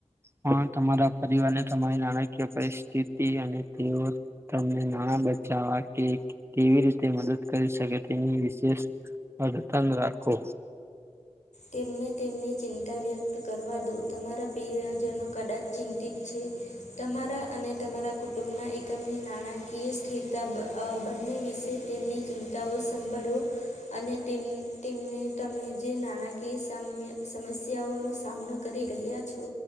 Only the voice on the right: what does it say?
પણ તમારા પરિવારને તમારી નાણાકીય પરિસ્થિતિ અને તેઓ તમને નાણાં બચાવા કે કેવી રીતે મદદ કરી શકે, તેની વિશેષ અધ તંગ રાખો.